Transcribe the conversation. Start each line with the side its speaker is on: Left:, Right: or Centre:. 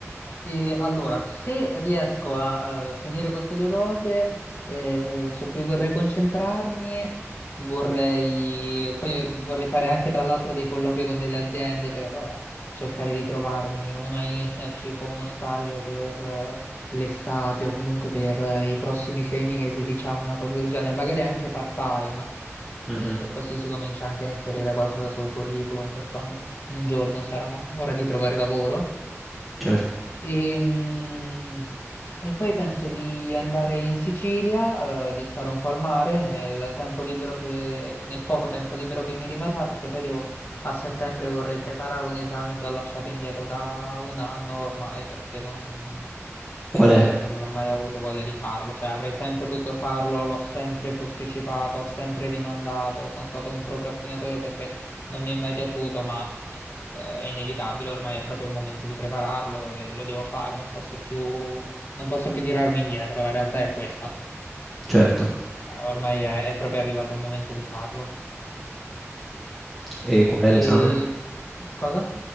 Left: E allora, se riesco a eh, finire queste due cose eh, su cui vorrei concentrarmi, vorrei, poi vorrei fare anche tra l'altro dei colloqui con delle aziende per eh, cercare di trovarmi una internship o uno stage per eh, l'estate o comunque per eh, i prossimi sei mesi, diciamo una cosa del genere, magari anche part-time.
Centre: Mhm,
Left: E così si comincia anche a inserire qualcosa sul curriculum per quando un giorno sarà ora di trovare lavoro.
Centre: Certo.
Left: E, mm, e poi penso di andare in Sicilia, eh, di stare un po' al mare nel tempo libero che, nel poco tempo libero che mi rimarrà, perché poi devo, a settembre vorrei preparare un esame che ho lasciato indietro da un anno ormai, perché non,
Centre: Qual
Left: in realtà
Centre: è?
Left: perché non ho mai avuto voglia di farlo, cioè avrei sempre potuto farlo, l'ho sempre posticipato, ho sempre rimandato, sono stato un procrastinatore perché non mi è mai piaciuto, ma eh, è inevitabile, ormai è proprio il momento di prepararlo e lo devo fare, non posso più, non posso più tirarmi indietro, la realtà è questa.
Centre: Certo.
Left: Eh, Ormai è, è proprio arrivato il momento di farlo.
Centre: E qual
Left: E
Centre: è l'esame?
Left: cosa?